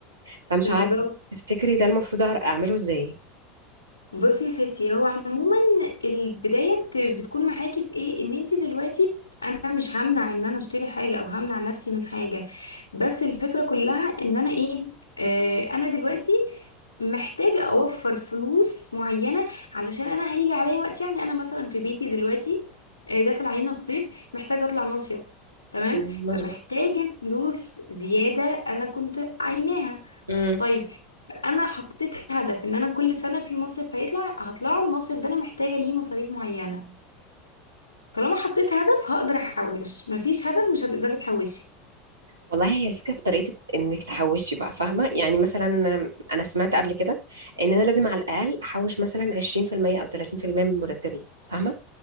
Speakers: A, on the right (about 80°); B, on the left (about 80°).
A: فمش
B: بالظبط
A: عارفه تفتكري ده المفروض أعر- اعمله ازاي
B: بصي يا ستي هو عموما البداية بت- بتكون معاكي في ايه ان انت دلوقتي انا مش همنع ان انا اشتري حاجة او همنع نفسي من حاجة بس الفكرة كلها ان انا ايه آه انا دلوقتي محتاجة اوفر فلوس معينة علشان انا هيجي عليا وقت يعني انا مثلا في بيتي دلوقتي آه داخل علينا الصيف محتاجة اطلع مصيف تمام
A: مم، مظبوط
B: فمحتاجة فلوس زيادة انا كنت عايناها
A: امم
B: طيب انا حطيت هدف ان انا كل سنه في مصيف هيطلع هطلعه المصيف ده انا محتاجه ليه مصاريف معينه طالما حطيت هدف هقدر احوش مفيش هدف مش هتقدري تحوشي
A: والله هي الفكره في طريقه انك تحوشي بقى فاهمه يعني مثلا انا سمعت قبل كده ان انا لازم على الاقل احوش مثلا 20% او 30% من مرتبي فاهمه